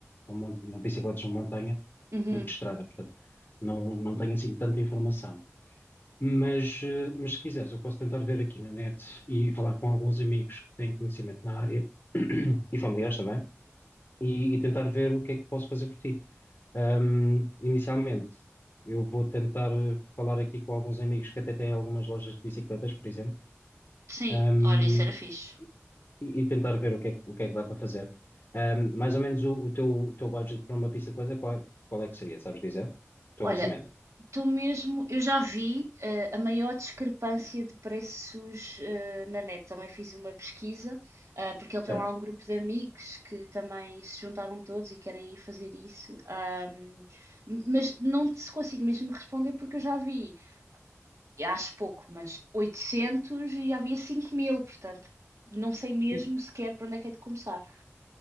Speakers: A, on the left; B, on the right.
A: com mon- bicicletas de montanha,
B: Uhum,
A: do que estrada, portanto, não, não tenho assim tanta informação. Mas, eh, mas se quiseres, eu posso tentar ver aqui na net e falar com alguns amigos que têm conhecimento na área <clears throat> e familiares também, e, e tentar ver o que é que posso fazer por ti. Ahm, inicialmente, eu vou tentar falar aqui com alguns amigos que até têm algumas lojas de bicicletas, por exemplo,
B: Sim,
A: ahm,
B: olha, isso era fixe.
A: e, e tentar ver o que é, que- o que é que dá para fazer. Ahm, mais ou menos o, o teu, o teu budget para uma bicicleta, qual, qual é que seria, sabes dizer? O teu
B: Olha,
A: orçamento,
B: Tu mesmo, eu já vi eh, a maior discrepância de preços eh, na net. Também fiz uma pesquisa, ah, porque ele
A: certo?
B: tem lá um grupo de amigos que também se juntaram todos e querem ir fazer isso. ahm, mas não te consigo mesmo responder porque eu já vi, e acho pouco, mas 800 e já havia 5 mil, portanto, não sei mesmo
A: Sim.
B: sequer para onde é que é de começar.